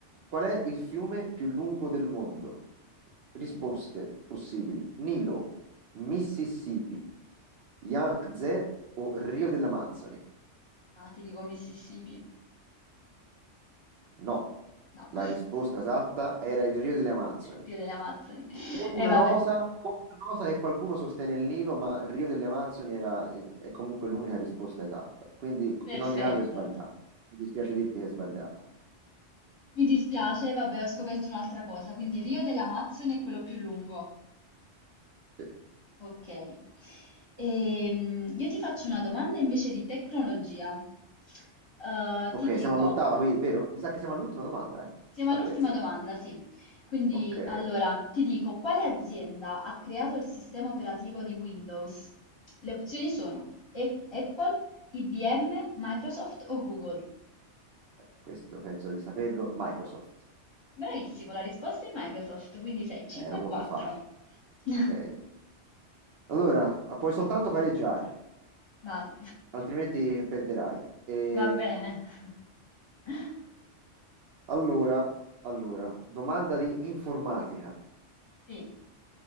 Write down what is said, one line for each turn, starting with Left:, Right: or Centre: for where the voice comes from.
Right: Qual è il fiume più lungo del mondo? Risposte
Left: Mm.
Right: possibili. Nilo, Mississippi, Yangtze o Rio dell'Amazzoni?
Left: Ah, ti dico Mississippi.
Right: No,
Left: No, <laughs>
Right: la risposta esatta era il Rio delle Amazzoni.
Left: Rio delle Amazzoni.
Right: Con
Left: E
Right: una
Left: vabbè,
Right: nota, con una nota che qualcuno sostiene il Nilo, ma il Rio delle Amazzoni era, eh, è comunque l'unica risposta esatta. Quindi
Left: perfetto.
Right: in ogni caso è sbagliata. Mi dispiace dirti che è sbagliata.
Left: Mi dispiace, vabbè, ho scoperto un'altra cosa. Quindi Rio delle Amazzoni è quello più lungo.
Right: Sì.
Left: Ok. Ehm, io ti faccio una domanda invece di tecnologia. Eh,
Right: Ok,
Left: ti dico,
Right: siamo all'ottava, quindi, vero? Mi sa che siamo all'ultima domanda, eh?
Left: Siamo
Right: A
Left: all'ultima
Right: testa.
Left: domanda, sì. Quindi,
Right: Ok, eh,
Left: allora, ti dico, quale azienda ha creato il sistema operativo di Windows? Le opzioni sono E- Apple, IBM, Microsoft o Google.
Right: questo penso di saperlo. Microsoft.
Left: Bravissimo, la risposta è Microsoft, quindi sei 5
Right: Eh, era
Left: e
Right: molto
Left: 4.
Right: facile.
Left: <laughs>
Right: Ok. Allora, puoi soltanto pareggiare,
Left: Vai,
Right: altrimenti perderai. Ehm,
Left: va bene. <laughs>
Right: Allora, allora, domanda di informatica.
Left: Sì,